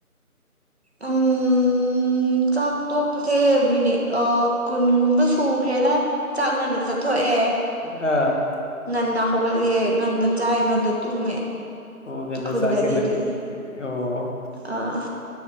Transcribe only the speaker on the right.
ꯎꯝ ꯎꯝ ꯆꯥꯛ ꯇꯣꯛꯄꯁꯦ ꯃꯤꯅꯤꯠ ꯑ ꯀꯨꯟꯒꯨꯝꯕ ꯁꯨꯈ꯭ꯔꯦꯂ ꯆꯥꯛ ꯉꯟꯅ ꯆꯠꯊꯣꯛꯑꯦ
ꯉꯟꯅ ꯍꯧꯒꯠꯂꯤꯌꯦ ꯉꯟꯅ ꯆꯥꯏ ꯉꯟꯅ ꯇꯨꯝꯃꯦ
ꯈꯨꯟꯗꯗꯤ
ꯑꯗꯨꯅꯤ
ꯑꯥ